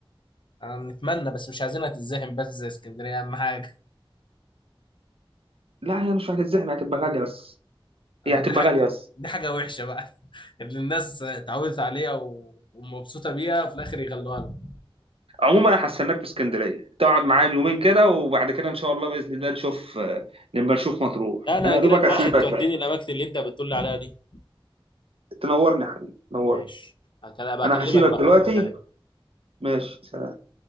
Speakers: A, on the left; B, on the right.
A: أنا نتمنى بس مش عايزينها تتزحم بس زي اسكندريه اهم حاجه
B: لا هي مش هتتزحم هتبقى غالية بس
A: ده
B: هي هتبقى
A: دي حاجة
B: غالية بس
A: دي حاجة وحشة بقى <laughs> اللي الناس اتعودت عليها و... ومبسوطة بيها وفي الآخر يغلوها لهم
B: عموما انا هستناك في اسكندرية تقعد معايا يومين كده وبعد كده ان شاء الله بإذن الله نشوف آه، نبقى نشوف مطروح
A: لا انا
B: انا
A: هاجي
B: يا دوبك
A: لك بقى
B: هسيبك
A: عشان توديني
B: بقى
A: الاماكن اللي انت بتقول لي عليها دي
B: تنورني يا حبيبي تنورني
A: ماشي هكلم- هبقى
B: انا
A: اكلمك
B: هسيبك
A: بقى
B: دلوقتي
A: سلام
B: ماشي سلام